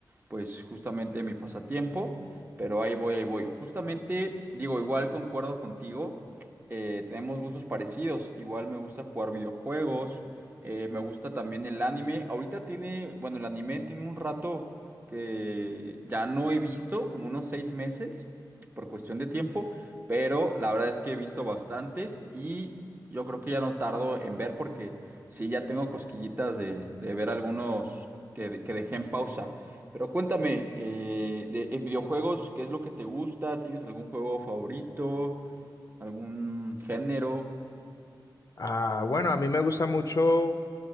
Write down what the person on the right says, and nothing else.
pues, justamente mi pasatiempo, pero ahí voy, ahí voy. Justamente, digo, igual concuerdo contigo, eh, tenemos gustos parecidos, igual me gusta jugar videojuegos, eh, me gusta también el anime, ahorita tiene, bueno, el anime tiene un rato que ya no he visto, como unos seis meses, por cuestión de tiempo, pero la verdad es que he visto bastantes y yo creo que ya no tardo en ver porque sí, ya tengo cosquillitas de, de ver algunos que, de- que dejé en pausa. Pero cuéntame, eh, de- en videojuegos, ¿qué es lo que te gusta? ¿Tienes algún juego favorito? ¿Algún género?